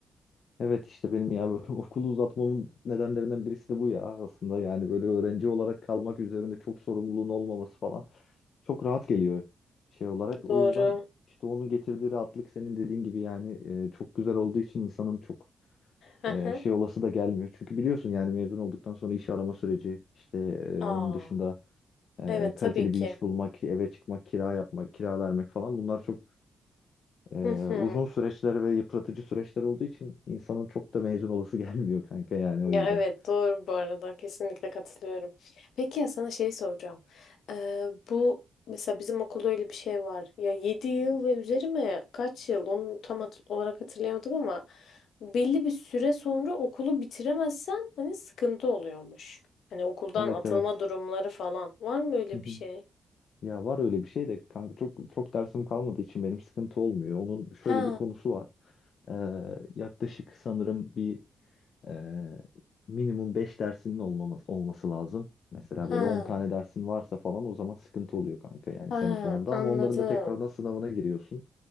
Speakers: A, on the left; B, on the left.
A: Evet işte benim ya <laughs> böyle okulu uzatmamın nedenlerinden birisi de bu ya aslında. Yani böyle öğrenci olarak kalmak üzerinde çok sorumluluğun olmaması falan çok rahat geliyor şey olarak. O
B: Doğru.
A: yüzden işte onun getirdiği rahatlık senin dediğin gibi yani e, çok güzel olduğu için insanın çok
B: Hı
A: e,
B: hı.
A: şey olası da gelmiyor. Çünkü biliyorsun yani mezun olduktan sonra iş arama süreci işte e,
B: Aa,
A: onun dışında e,
B: evet
A: kaliteli
B: tabii ki.
A: bir iş bulmak, eve çıkmak, kira yapmak, kira vermek falan bunlar çok e,
B: Hı hı.
A: uzun süreçler ve yıpratıcı süreçler olduğu için insanın çok da mezun olası <laughs> gelmiyor kanka yani
B: Ya
A: o yüzden.
B: evet doğru bu arada kesinlikle katılıyorum. Peki ya sana şey soracağım. Ee, bu mesela bizim okulda öyle bir şey var. Ya 7 yıl ve üzeri mi? Kaç yıl? Onu tam hat- olarak hatırlayamadım ama belli bir süre sonra okulu bitiremezsen hani sıkıntı oluyormuş. Hani okuldan
A: Evet
B: atılma
A: evet.
B: durumları falan. Var mı öyle
A: Hı hı.
B: bir şey?
A: Ya var öyle bir şey de kanka çok çok dersim kalmadığı için benim sıkıntı olmuyor. Onun şöyle
B: Ha,
A: bir konusu var. E, yaklaşık sanırım bir Ee, minimum 5 dersinin olmaması, olması lazım. Mesela
B: ha,
A: böyle 10 tane dersin varsa falan o zaman sıkıntı oluyor kanka yani
B: ha
A: sene sonunda
B: anladım.
A: ama onların da tekrardan sınavına giriyorsun.